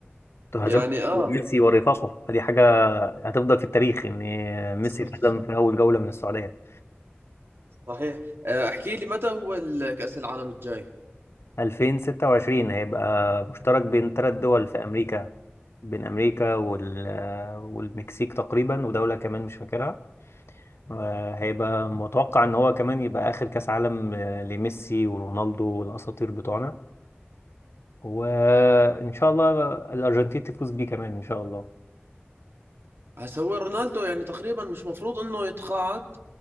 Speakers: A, on the left; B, on the right.
A: انتوا
B: يعني
A: هزمتوا
B: اه
A: ميسي ورفاقه فدي حاجة هتفضل في التاريخ ان ميسي
B: <laughs>
A: اتهزم في اول جولة من السعودية
B: صحيح آه، احكي لي متى هو ال- كأس العالم الجاي
A: 2026 هيبقى مشترك بين ثلاث دول في أمريكا بين أمريكا وال... والمكسيك تقريبا ودولة كمان مش فاكرها آه، هيبقى متوقع إن هو كمان يبقى آخر كأس عالم آه، لميسي ورونالدو والأساطير بتوعنا وإن شاء الله الأرجنتين تفوز بيه كمان إن شاء الله
B: هسا هو رونالدو يعني تقريبا مش مفروض انه يتقاعد